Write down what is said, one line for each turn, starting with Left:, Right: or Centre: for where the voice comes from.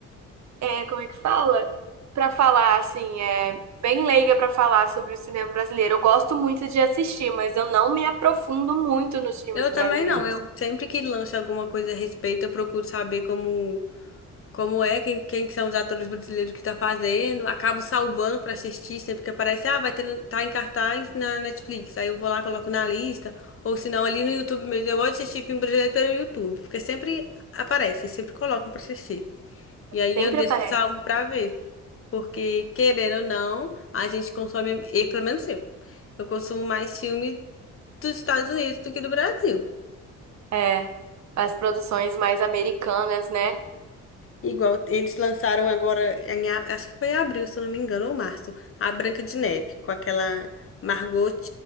Right: é, como é que fala? Pra falar, assim, é bem leiga pra falar sobre o cinema brasileiro. Eu gosto muito de assistir, mas eu não me aprofundo muito nos filmes
Left: Eu
Right: brasileiros.
Left: também não. Eu sempre que lanço alguma coisa a respeito, eu procuro saber como, como é, quem, quem que são os atores brasileiros que tá fazendo. Acabo salvando pra assistir sempre que aparece. Ah, vai ter, tá em cartaz na Netflix. Aí eu vou lá, coloco na lista. Ou se não, ali no YouTube mesmo. Eu gosto de assistir filme brasileiro pelo YouTube, porque sempre aparece, sempre colocam pra assistir. E aí
Right: Sempre
Left: eu deixo
Right: aparece.
Left: salvo pra ver. Porque, querendo ou não, a gente consome, e pelo menos eu, eu consumo mais filme dos Estados Unidos do que do Brasil.
Right: É, as produções mais americanas, né?
Left: Igual eles lançaram agora, em a- acho que foi em abril, se eu não me engano, ou março, a Branca de Neve, com aquela Margot